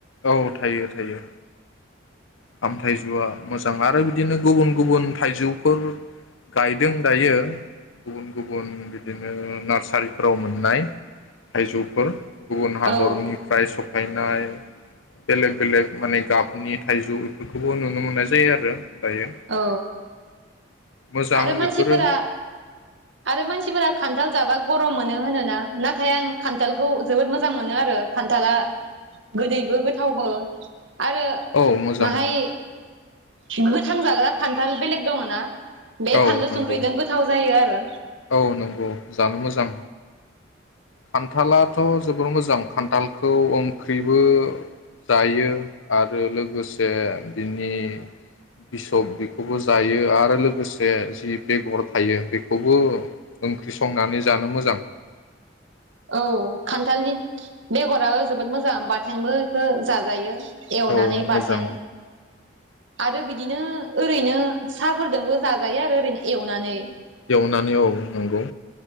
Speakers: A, on the left (about 80°); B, on the right (about 75°).
A: औ थायो थायो। खाम थाइजौआ मोजां आरो बिदिनो गुबुन गुबुन थाइजौफोर गायदों दायो गुबुन गुबुन बिदिनो नार्सारिफोराव मोननाय थाइजौफोर। गुबुन हादरनिफ्राय
B: औ
A: सब फैनाय बेलेक बेलेक माने गाबनि था थाइजौ बेफोरखौबो नुनो मोननाय जायो आरो। दायो
B: औ।
A: मोजां
B: आरो
A: बेफोरो
B: मानफोरा आरो मानसिफोरा खान्थाल खान्थाल जाबा गरम मोनो होनोना नाथाय आं खान्थालखौ जोबोद मोजां मोनो आरो खान्थाला गोदैबो गोथावबो। आरो
A: औ मोजां
B: माहाय गोथां जाग्रा खान्थाल बेलेग दङ ना। बे
A: औ
B: फानलु संख्रिजों
A: नंगौ
B: गोथाव जायो आरो।
A: औ नंगौ जानो मोजां। खान्थालाथ' जोबोर मोजां खान्थालखौ ओंख्रिबो जायो आरो लोगोसे बिनि बिसब बेखौबो जायो आरो लोगोसे जि बेगर थायो बेखौ बो ओंख्रि संनानै जानो मोजां।
B: औ खान्थालनि बेगराबो जोबोद मोजां बाथेंबो इखो जा जायो। एवनानै
A: औ
B: बाथोन।
A: मोजां
B: आरो बिदिनो ओरैनो साहाफोरजोंबो जाजायो आरो ओरैनो एवनानै।
A: एवनानै औ नंगौ।